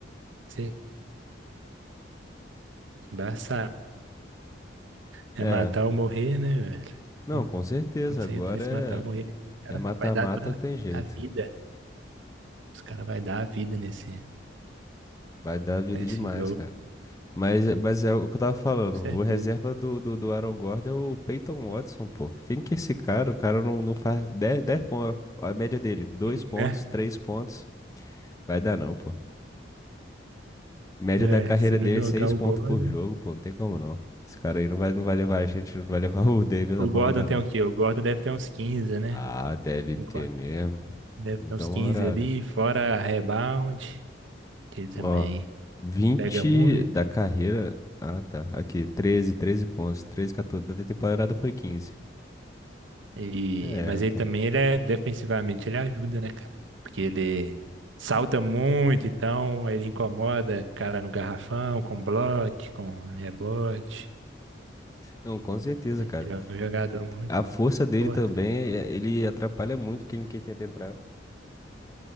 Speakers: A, on the right; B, on the left.
A: ser embaçado. É
B: É.
A: matar ou morrer, né, velho?
B: Não,
A: Hum,
B: com certeza.
A: Quando você
B: Agora
A: entra nesse matar ou morrer, o cara
B: é é mata-mata,
A: vai dar toda
B: não tem jeito.
A: a vida. Os caras vai dar a vida nesse,
B: Vai dar vida
A: nesse
B: demais,
A: jogo,
B: cara. Mas, mas é o que eu tava falando.
A: com certeza.
B: O reserva do, do, do Aaron Gordon é o Peyton Watson, pô. Quem que é esse cara? O cara não, não faz dez dez pontos. A média dele, dois
A: Né?
B: pontos, 3 pontos. Vai dar não, pô. Média
A: É,
B: da carreira
A: se não
B: dele
A: jogar
B: é 6
A: o
B: pontos
A: Gordon.
B: por jogo, pô. Não tem como não. Esse cara aí não vai, não vai levar a gente, não vai levar <laughs> o Davis
A: O
B: a bom
A: Gordon
B: lugar,
A: tem
B: não.
A: o quê? O Gordon deve ter uns quinze né?
B: Ah, deve
A: O
B: ter
A: Gordon
B: mesmo.
A: deve
B: Vou
A: ter
B: dar
A: uns
B: uma
A: 15
B: olhada.
A: ali, fora rebound, que ele também
B: Ó, 20
A: pega muito.
B: da carreira. Ah, tá. Aqui, 13, 13 pontos. treze, 14. Da temporada foi 15.
A: E,
B: É,
A: mas ele
B: pô.
A: também ele é defensivamente, ele ajuda, né, cara? Porque ele salta muito, então ele incomoda cara no garrafão, com bloco, com rebote.
B: Não, com certeza, cara.
A: Ele é um jogador muito
B: A força
A: importante.
B: dele também, é- ele atrapalha muito quem, quem tenta entrar.